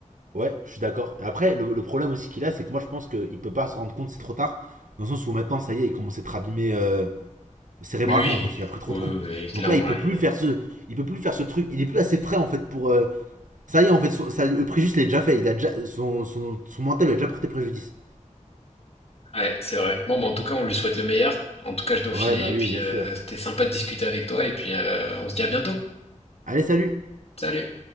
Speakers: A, on the right; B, on the left.
A: Ouais, je suis d'accord. Et Après, le, le problème aussi qu'il a, c'est que moi je pense qu'il peut pas se rendre compte, c'est trop tard. Dans le sens où maintenant, ça y est, il commence à être abîmé euh, cérébralement
B: Oui, oui,
A: en fait, il a pris trop
B: oui,
A: de coups.
B: oui, oui, clairement
A: Donc là, il peut
B: là.
A: plus
B: il
A: faire ce, il peut plus faire ce truc. Il est plus assez frais en fait pour. euh, Ça y est en fait, son- ça- le préjudice il est déjà fait. Il a déjà son, son, son mental lui a déjà porté préjudice.
B: Ouais, c'est vrai. Bon, bah, en tout cas, on lui souhaite le meilleur. En tout cas, je dois
A: Ouais,
B: filer
A: bah
B: et puis
A: oui, bien
B: euh,
A: sûr.
B: c'était sympa de discuter avec toi et puis euh, on se dit à bientôt.
A: Allez, salut.
B: Salut.